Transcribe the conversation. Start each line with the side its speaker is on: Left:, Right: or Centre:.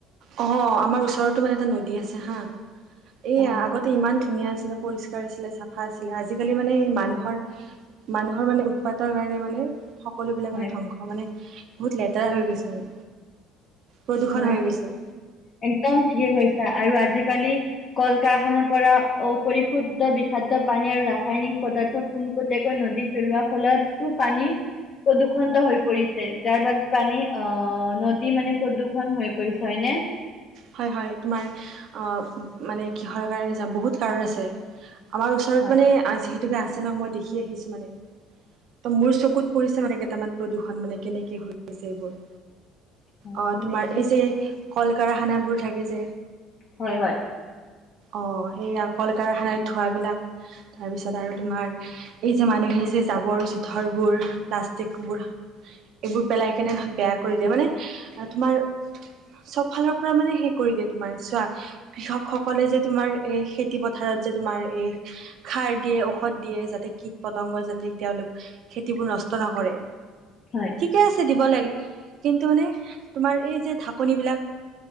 Right: অ' আমাৰ ওচৰতো এটা নদী আছে হা! এইয়া
Left: অ
Right: আগত ত' ইমান ধুনীয়া আছিলে, পৰিষ্কাৰ আছিলে চাফা আছিলে, আজিকালি মানে মানুহৰ মানুহৰ মানে উৎপাতৰ কাৰণে মানে? সকলোবিলাক
Left: হয়
Right: মানে ধ্বংস মানে, বহুত লেতেৰা হৈ গৈছে মানে। প্ৰদূষণ
Left: হয়
Right: হৈ
Left: তুমি
Right: গৈছে।
Left: একদম ঠিকে কৈছা, আৰু আজি কালি কল -কাৰখানাৰ পৰা অপৰিশুদ্ধ বিষাদ পানী আৰু ৰাসায়নিক পদাৰ্থ পোনপটীয়াকৈ নদীত পেলোৱাৰ ফলত তো পানী প্ৰদূষণ হৈ পৰিছে যাৰ বাবে প্ৰানী আহ নদী মানে প্ৰদূষণ হৈ পৰিছে, হয়নে।
Right: হয়! হয়! তোমাৰ অ' মানে কিহৰ কাৰণে, বহুত কাৰণ আছে! আমাৰ ওচৰত
Left: হয়
Right: মানে যিহেতুকে আছে ন, মই দেখি আহিছো মানে? ত'মোৰ চকুত পৰিছে মানে, কেইটামান প্ৰদূষণ মানে কেনেকে হৈ আছে এইবোৰ?
Left: হয়
Right: অ'
Left: তুমি
Right: তোমাৰ
Left: একদম
Right: এই যে কল কাৰখানাবোৰ থাকে যে?
Left: হয় হয়
Right: অ' সেইয়া অকলল কাৰখানাই ধোঁৱাবিলাক তাৰপিছত আৰু তোমাৰ? এই যে মানুহে যে জাবৰ জোথৰবোৰ প্লাষ্টিকবোৰ এইবোৰ পেলাই কিনে বেয়া কৰি দিয়ে মানে তোমাৰ চব ফালৰ মানে সেই কৰি দিয়ে, তোমাৰ চোৱা? কৃষক সকলে যে, তোমাৰ এই খেতি পথাৰত যে তোমাৰ এই খাৰ দিয়ে, ঔষধ দিয়ে, যাতে কীট পতংগ যাতে তেওঁলোক খেতিবোৰ নষ্ট নকৰে।
Left: হয়।
Right: ঠিকেই আছে দিব লাগে, কিন্তু মানে তোমাৰ এই যে ঢাকনি বিলাক